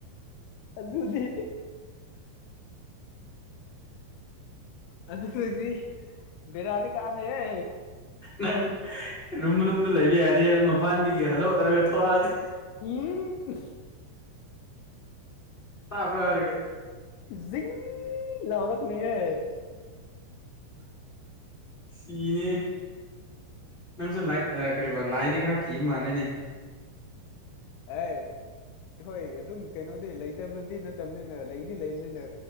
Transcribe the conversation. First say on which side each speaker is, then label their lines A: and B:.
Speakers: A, on the left; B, on the left.
A: ꯑꯗꯨꯗꯤ ꯑꯗꯨꯗꯤ ꯕꯤꯔꯥꯗꯤ ꯀꯥꯅꯤꯍꯦ
B: ꯅꯪ ꯔꯨꯝ ꯃꯅꯨꯡꯗ ꯂꯩꯕ ꯌꯥꯗꯦ ꯑꯗꯨ ꯃꯄꯥꯟꯗꯒꯤ ꯍꯜꯂꯦ ꯇꯧꯔꯒ ꯊꯣꯛꯑꯗꯤ
A: ꯎꯝ
B: ꯇꯥꯕꯔꯥ ꯍꯥꯏꯔ
A: ꯖꯤꯡ ꯂꯧꯔꯛꯅꯤꯍꯦ
B: ꯁꯤꯅꯦ ꯅꯪꯁꯨ ꯂꯥꯏꯠ ꯑꯦ ꯀꯔꯤꯕ ꯂꯥꯏꯗꯤ ꯈꯔ ꯀꯤꯕ ꯃꯥꯂꯦꯅꯦ
A: ꯑ ꯍꯣꯏ ꯑꯗꯨꯝ ꯀꯩꯅꯣꯗꯤ ꯂꯩꯇꯕꯗꯤ ꯅꯠꯇꯕꯅꯤꯅ ꯂꯩꯗꯤ ꯂꯩꯕꯅꯤꯅ